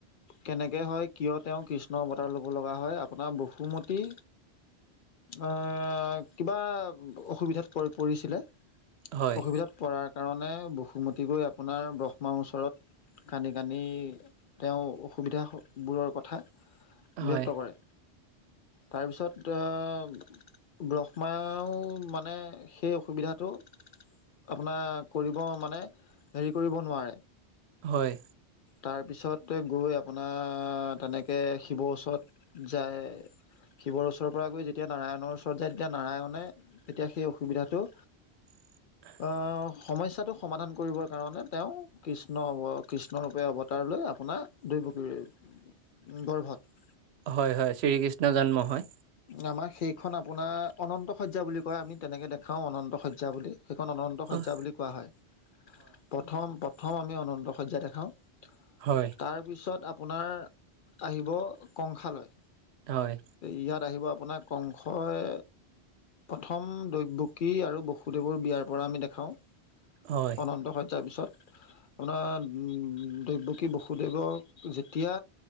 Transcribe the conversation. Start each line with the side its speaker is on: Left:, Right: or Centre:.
Left: কেনেকৈ হয় কিয় তেওঁ কৃষ্ণৰ অৱতাৰ ল'ব লগা হয়, আপোনাৰ বসুমতী অ', কিবা অসুবিধাত পৰি-পৰিছিলে।
Right: হয়
Left: অসুবিধাত পৰাৰ কাৰণে বসুমতী গৈ আপোনাৰ ব্ৰহ্মাৰ ওচৰত কান্দি কান্দি তেওঁ অসুবিধা বোৰৰ কথা
Right: হয়
Left: ব্যক্ত কৰে। তাৰপিছত অ' ব্ৰহ্মাওঁ মানে সেই অসুবিধাটো আপোনাৰ কৰিব মানে হেৰি কৰিব নোৱাৰে।
Right: হয়।
Left: তাৰ পিছতে গৈ আপোনাৰ তেনেকৈ শিৱৰ ওচৰত যায়। শিৱৰ ওচৰৰ পৰা গৈ যেতিয়া নাৰায়ণৰ ওচৰত যায়। তেতিয়া নাৰায়ণে তেতিয়া সেই অসুবিধাটো
Right: <inaudible>
Left: অ', সমস্যাটো সমাধান কৰিবৰ কাৰণে তেওঁ কৃষ্ণ অৱ কৃষ্ণ ৰূপে অৱতাৰ লৈ আপোনাৰ দৈৱকীৰ উম গৰ্ভত
Right: হয়, হয়, শ্ৰীকৃষ্ণ জন্ম হয়।
Left: আমাৰ সেইখন আপোনাৰ অনন্ত সজ্যা বুলি কয় আমি তেনেকে দেখাওঁ অনন্ত সজ্যা বুলি। সেইখন অনন্ত সজ্যা
Right: অহ,
Left: বুলি কোৱা হয়। প্ৰথম প্ৰথম আমি অনন্ত সজ্যা দেখাওঁ।
Right: হয়।
Left: তাৰপিছত আপোনাৰ আহিব কংসালয়
Right: হয়
Left: ইয়াত আহিব আপোনাৰ কংসই প্ৰথম দৈবকী আৰু বসুদেৱৰ বিয়াৰ পৰা আমি দেখাওঁ
Right: হয়
Left: অনন্ত সজজাৰ পিছত, আপোনাৰ দৈৱকী বসুদেৱক যেতিয়া